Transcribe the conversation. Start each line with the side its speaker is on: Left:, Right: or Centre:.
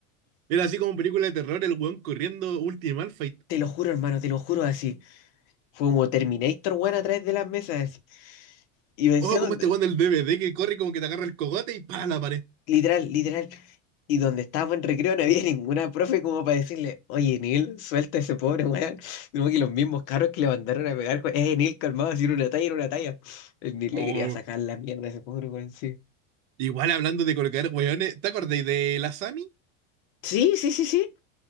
Right: Era así como película de terror, el weón corriendo Ultimate Fight.
Left: Te lo juro, hermano, te lo juro así. Fue como Terminator, weón, a través de las mesas. así. Y decía
Right: Ojo, como
Left: donde,
Right: este weón del D V D que corre como que te agarra el cogote y pa, la pared.
Left: literal, literal. Y donde estábamos en recreo no había <laughs> ninguna profe como para decirle, oye, Neil, suelta a ese pobre weón. Como que los mismos carros que le mandaron a pegar, weón, eh, Neil, calmado, si era una talla, era una talla. El Neil
Right: Oh.
Left: le quería sacar la mierda a ese pobre weón, sí.
Right: Igual hablando de colocar weones, ¿te acordáis de la Sami?
Left: Sí, sí, sí, sí.